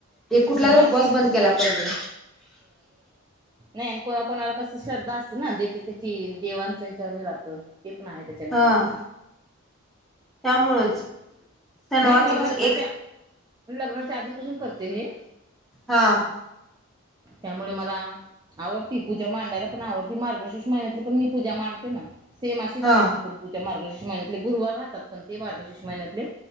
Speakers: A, in the centre; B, on the right.
A: एक कुठला तर
B: माझी
A: उपवास बंद केला पाहिजे.
B: न्हय आणि कोणा कोणाला कस श्रद्धा असते ना, ज्याची त्याची देवांचा विचार हे राहतं ते पण आहे त्याच्यानुसार
A: हा त्यामुळेच शनिवारचं
B: न्हय मी
A: कसं
B: लग्नाच्या,
A: एक
B: लग्नाच्या, आधीपासून करते हे.
A: आ.
B: त्यामुळे मला आवडती पूजा मांडायला पण आवडती. मार्गशीर्ष महिन्यातली पण मी पूजा मांडते ना. सेम अशीच
A: हा
B: आहे ती पण पूजा मार्गशीर्ष महिन्यातले गुरुवार राहतात पण ते मार्गशीर्ष महिन्यातले